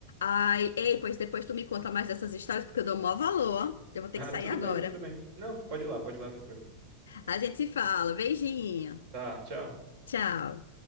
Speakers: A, on the left; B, on the right.
A: Ai, ei, pois depois tu me conta mais dessas histórias, porque eu dou maior valor. ó. Eu vou ter
B: Ah,
A: que sair
B: tudo
A: agora.
B: bem, tudo bem. Não, pode ir lá, pode ir lá, tranquilo.
A: A gente se fala. Beijinho.
B: Tá, tchau.
A: Tchau.